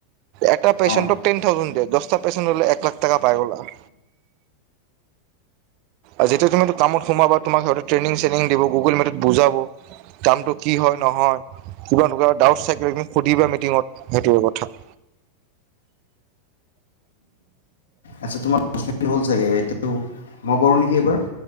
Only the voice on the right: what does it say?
এটা পেছেণ্টক
টেন থাউজেণ্ড দে দহটা পেছেন্ত হলে এক লাখ টকা পাই গ'লা উম আৰু যেতিয়া তুমি টো কামত সোমাবা তোমাক হয়টো ট্ৰেইনিং চেইনিং দিব গুগল মেটত বুজাব কামটো কি হয় নহয় কিবা এনেকুৱা ডাউট থাকিলে সুধিবা মিটিঙত সেইটোৱে কথা